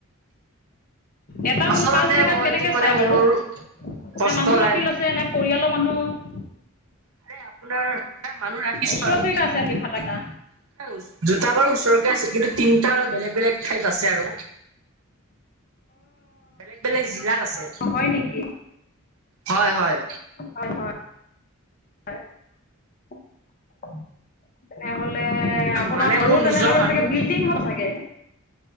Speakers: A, on the left; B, on the right.
A: এটা
B: আচলতে
A: মানুহ পাঁচ জেগাত
B: মই
A: কেনেকে
B: তোক মানে
A: চাই
B: মোৰ
A: বাৰু?
B: কষ্ট
A: নে মানুহ ৰাখি
B: লাগ
A: লৈছে নে? পৰিয়ালৰ মানুহ
B: মানে আপোনাৰ নাই মানুহ ৰাখিছোঁ
A: ওচৰা
B: বাৰু।
A: ওচৰিকে আছে নেকি ভাতাকেইটা?
B: <unintelligible> দুটা বাৰু ওচৰতে আছে। কিন্তু তিনটা অলপ বেলেগ বেলেগ ঠাইত আছে আৰু। বেলেগ-বেলেগ জিলাত আছে।
A: অ হয় নেকি?
B: হয় হয়।
A: হয় হয়। হয়। তেনেহ'লে আপোনাৰ
B: মানে
A: ঘৰো
B: মোৰ
A: তেনেহ'লে
B: নিজৰ মানুহ
A: চাগে বিল্ডিং হয় চাগে।